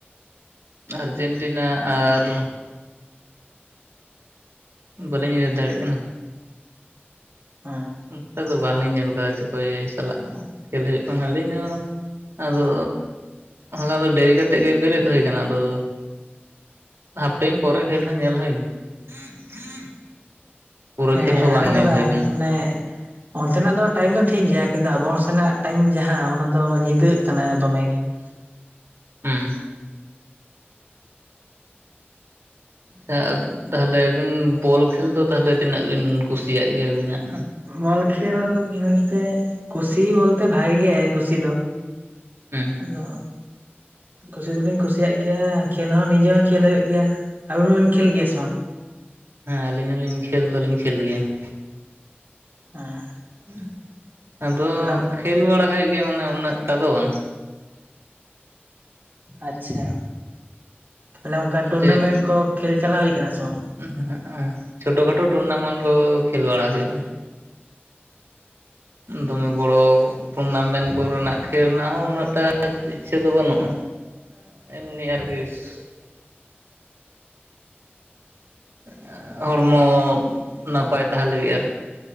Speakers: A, on the right; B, on the right.
A: ᱟᱨᱡᱮᱱᱴᱤᱱᱟ ᱟᱨ ᱵᱟᱹᱞᱤᱧ ᱩᱭᱦᱟᱹᱨ ᱫᱟᱲᱮᱜ ᱠᱟᱱᱟ ᱾
B: ᱟᱸᱻ ᱾
A: ᱚᱱᱠᱟ ᱫᱚ, ᱵᱟᱝ ᱞᱤᱧ ᱧᱮᱞ ᱟᱠᱟᱫᱟ ᱪᱚ, ᱚᱼᱠᱚᱭ ᱥᱟᱞᱟᱜ ᱠᱚ, <unintelligible> ᱠᱷᱮᱞ ᱦᱩᱭᱩᱜ ᱠᱟᱱᱟ ᱾ ᱟᱹᱞᱤᱧ ᱦᱚᱸ ᱾ ᱟᱼᱫᱚ, ᱦᱚᱞᱟ ᱫᱚ ᱰᱮᱨᱤ ᱠᱟᱹᱛᱮᱫ ᱜᱮ ᱵᱮᱨᱮᱫ ᱦᱩᱭᱟᱠᱟᱱᱟ, ᱟᱫᱚ᱾ ᱦᱟᱯ ᱴᱟᱭᱤᱢ ᱯᱚᱨᱮ ᱠᱷᱮᱞ, ᱦᱚᱸ ᱧᱮᱞ ᱦᱩᱭᱮᱱᱟ ᱾ <unintelligible> ᱯᱩᱨᱟᱹ
B: ᱦᱮᱸ
A: ᱠᱷᱮᱞ ᱦᱚᱸ ᱵᱟᱝ?
B: ᱟᱨ ᱠᱟᱫᱟ
A: ᱧᱮᱞ ᱦᱩᱭ ᱟᱠᱟᱱᱟ ᱾
B: ᱢᱟᱱᱮ ᱚᱱᱛᱮᱱᱟᱜ ᱫᱚ ᱴᱟᱭᱤᱢ ᱫᱚ ᱴᱷᱤᱠ ᱜᱮᱭᱟ, ᱠᱤᱱᱛᱩ ᱟᱵᱚ ᱥᱮᱱᱟᱜ ᱴᱟᱭᱤᱢ, ᱡᱟᱦᱟᱸ ᱚᱱᱟ ᱫᱚ, ᱧᱤᱫᱟᱹᱜ ᱠᱟᱱᱟ ᱫᱚᱢᱮ ᱜᱮ ᱾
A: ᱦᱮᱸ ᱾ ᱟᱪᱷᱟ, ᱛᱟᱦᱚᱞᱮ ᱟᱵᱤᱱ ᱵᱚᱞ ᱠᱷᱮᱞ ᱫᱚ, ᱛᱟᱦᱚᱞᱮ ᱛᱤᱱᱟᱹᱜ? ᱵᱤᱱ ᱠᱩᱥᱤᱭᱟᱜ ᱜᱮᱭᱟ, ᱟᱵᱤᱱᱟᱜ?
B: ᱵᱚᱞ ᱠᱷᱮᱞ ᱢᱮᱱᱛᱮ, ᱠᱩᱥᱤ ᱵᱚᱞᱛᱮ ᱵᱷᱟᱜᱤ ᱜᱮ ᱠᱩᱥᱤ ᱫᱚ ᱾
A: ᱦᱮᱸ᱾
B: ᱟᱫᱚ᱾ <unintelligible> ᱠᱩᱥᱤ ᱫᱚᱞᱤᱸᱧ ᱠᱩᱥᱤᱭᱟᱜ ᱜᱮᱭᱟ ᱾ ᱠᱷᱮᱞ ᱦᱚᱸ ᱱᱤᱡᱮ ᱦᱚᱸ, ᱠᱷᱮᱞ ᱦᱩᱭᱩᱜ ᱜᱮᱭᱟ᱾ ᱟᱵᱤᱱ ᱦᱚᱸᱵᱮᱱ, ᱠᱷᱮᱞ ᱜᱮᱭᱟ ᱥᱮ ᱵᱟᱝ?
A: ᱦᱮᱸᱻ, ᱟᱹᱞᱤᱧ ᱦᱚᱸᱞᱤᱧ ᱠᱷᱮᱞ, ᱫᱚᱞᱤᱧ ᱠᱷᱮᱞ ᱜᱮᱭᱟ ᱾
B: ᱦᱮᱸ
A: <inaudible> ᱟᱫᱚ
B: ᱛᱟᱦᱞᱮ
A: ᱠᱷᱮᱞ ᱵᱟᱲᱟ ᱦᱩᱭᱩᱜ ᱜᱮᱭᱟ᱾ ᱢᱟᱱᱮ, ᱩᱱᱟᱹᱜ ᱛᱟ ᱫᱚ ᱵᱟᱝ?
B: ᱟᱪᱪᱷᱟ, ᱛᱟᱦᱞᱮ ᱚᱱᱠᱟ, ᱴᱩᱨᱱᱟᱢᱮᱱᱴ
A: ᱡᱮ
B: ᱠᱚ ᱠᱷᱮᱞ ᱪᱟᱞᱟᱣ, ᱦᱩᱭ ᱟᱠᱟᱱᱟ ᱥᱮ ᱵᱟᱝ?
A: <inaudible> ᱪᱷᱳᱴᱳ ᱠᱷᱚᱴᱳ, ᱴᱩᱨᱱᱟᱢᱮᱱᱴ ᱠᱚ ᱠᱷᱮᱞ ᱵᱟᱲᱟ ᱦᱩᱭᱩᱜᱼᱟ ᱾ ᱫᱚᱢᱮ ᱵᱚᱲᱚ ᱴᱩᱨᱱᱟᱢᱮᱱᱴ ᱠᱚᱨᱮᱱᱟᱜ, ᱠᱷᱮᱞ ᱨᱮᱱᱟᱜ ᱦᱚᱸ, ᱩᱱᱟᱹᱜ ᱴᱟ, ᱤᱪᱪᱷᱟᱹ ᱫᱚ ᱵᱟᱹᱱᱩᱜᱼᱟ ᱾ <inaudible> ᱮᱢᱱᱤ ᱟᱨᱠᱤ <unintelligible> <inaudible> ᱟᱸᱦᱼᱦᱚᱲᱢᱚ ᱱᱟᱯᱟᱭ ᱛᱟᱦᱮᱸᱱ ᱞᱟᱹᱜᱤᱫ, ᱟᱨᱠᱤ ᱾